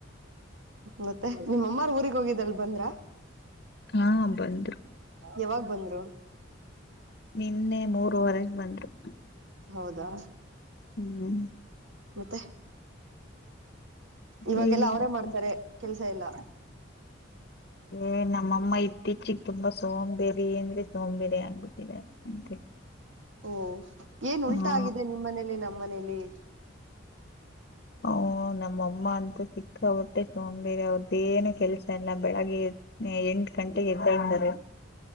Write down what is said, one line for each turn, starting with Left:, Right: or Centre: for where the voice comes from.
Right: ಮತ್ತೆ ನಿಮ್ಮಮ್ಮಾರ್ ಊಗ್ ಹೋಗಿದಲ್ ಬಂದ್ರ
Left: ಹಾ ಬಂದ್ರು
Right: ಯಾವಾಗ ಬಂದ್ರು
Left: ನಿನ್ನೆ ಮೂರವರೆಗೆ ಬಂದರು
Right: ಹೌದಾ
Left: ಹ್ಮ್
Right: ಮತ್ತೆ ಇವಾಗೆಲ್ಲ
Left: ಹೇಳಿ
Right: ಅವರೇ
Left: ಮತ್ತೆ
Right: ಮಾಡ್ತಾರೆ ಕೆಲ್ಸ ಎಲ್ಲ <inaudible>
Left: ಏ ನಮ್ಮಮ್ಮ ಇತ್ತೀಚಿ ತುಂಬಾ ಸೋಂಬೇರಿ ಸೋಂಬೇರಿ ಆಗ್ಬಿಟ್ಟಿದ್ದಾರೆ
Right: ಓ ಏನ್ ಉಲ್ಟಾ
Left: ಹಾ
Right: ಆಗಿದೆ ನಿಮ್ಮ್ನೇಲಿ ನಮ್ಮನೇಲಿ
Left: ಹೌ ನಮ್ಮಮ್ಮ ಅಂತ ಸಿಕ್ಕ ಪಟ್ಟೆ ಸೋಂಬೇರೆ ಅವರ್ದು ಏನ್ ಕೆಲಸ ಇಲ್ಲ ಬೆಳಗ್ಗೆ ಎಂು ಗಂಟೆಗೆ ಎ್ದಾರೆ <unintelligible> <inaudible>